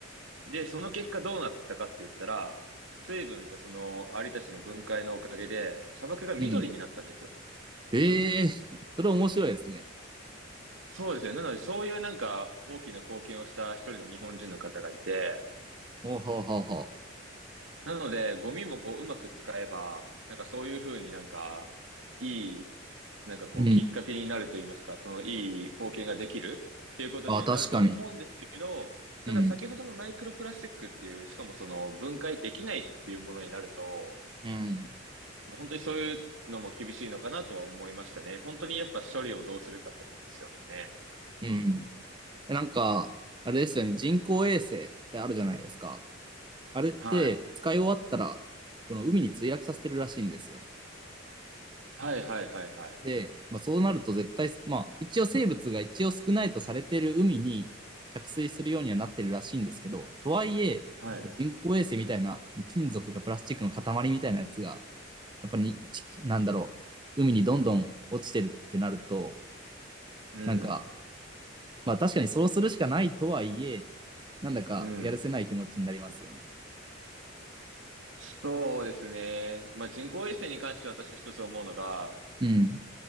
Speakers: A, on the right; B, on the right.
A: で、その結果どうなったかって言ったら、水分とそのアリたちの分解のおかげで、砂漠が緑になったんですよ。
B: う。うん。へえ、それ面白いですね。
A: そうですよね。なので、そういうなんか大きな貢献をした一人の日本人の方がいて、
B: ほうほうほうほ
A: なので、ゴミもこう、うまく使えば、なんかそういうふうになんか、いい、なんかこう、
B: う。うん。
A: きっかけになると言いますか、そのいい貢献ができるっていうことにはなるとは思うんですけど、
B: あ、確かに。うん。
A: ただ先ほどのマイクロプラスチックっていう、しかもその分解できないっていうものになると、
B: うん。
A: もう本当にそういうのも厳しいのかなとは思いましたね。本当にやっぱ処理をどうするかってことですよね。
B: うん。えなんか、あれですよね。人工衛星ってあるじゃないですか。あれって使い終わったら、
A: はい。
B: この海に墜落させてるらしいんですよ。
A: はいはいはいはい。
B: で、まあ、そうなると絶対、まあ、一応生物が一応少ないとされている海に着水するようにはなってるらしいんですけど、とはいえ、
A: はい。
B: 人工衛星みたいな金属とかプラスチックの塊みたいなやつが、やっぱりなんだろう、海にどんどん落ちてるってなると、
A: うん。
B: なんか、まあ確かにそうするしかないとはいえ、なんだかやるせない気持ちになりますよね。
A: うん。そうですね。まあ、人工衛星に関して私は一つ思うのが、
B: うん。